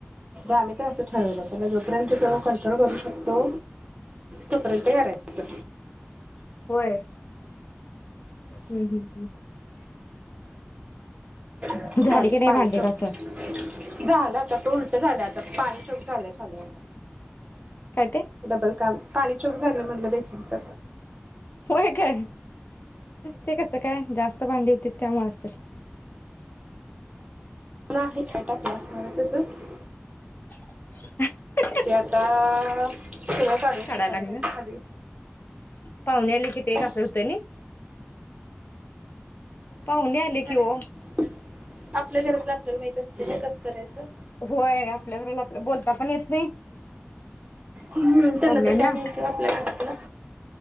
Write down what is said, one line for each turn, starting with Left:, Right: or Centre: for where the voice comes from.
Right: आम्ही तर अस ठरवलं त्याला जोपर्यंत कंट्रोल करू शकतो तोपर्यंत करायचं
Left: होय हम्म हम्म हम्म <unintelligible>
Right: झाल
Left: की नाही
Right: पाणी
Left: भांडी
Right: सोडते
Left: घासून
Right: झालं आता झाल आता पाणी झालं खाली आता
Left: काय ते
Right: डबल काम पाणी चोक झालं म्हणलं बेसिनच
Left: होय काय? ते कस? काय? जास्त भांडी होती त्यामुळे असेल
Right: नाही काही टाकलं असणार तसच
Left: <inaudible>
Right: ते आता सगळ काढून
Left: काढाय
Right: बसायला
Left: लागलं
Right: पाहिजे खाली
Left: पाहुणे आले कि ते एक
Right: आम्
Left: असं होतं नी पाहुणे आले की
Right: घरात
Left: ओ
Right: आपल्या घरातलं आपल्याला माहित असतं कस करायचं.
Left: होय आपल्याकडे आपल्या बोलता पण येत नाही
Right: हम्म त्यांना
Left: पाहुण्यांना
Right: तर काय माहित आपल्या घरातलं.